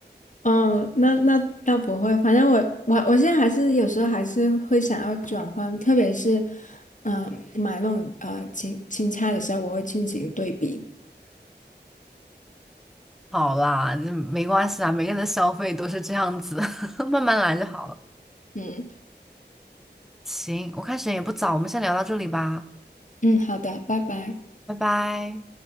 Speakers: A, on the left; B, in the centre.
A: 嗯那那倒不会，反正我我我现在还是有时候还是会想要转换，特别是嗯、买那种呃青青菜的时候，我会进行对比。
B: 好啦，这没关系啊，每个人的消费都是这样子，<laughs> 慢慢来就好了。
A: 嗯
B: 行，我看时间也不早，我们先聊到这里吧，
A: 嗯，好的，拜拜。
B: 拜拜。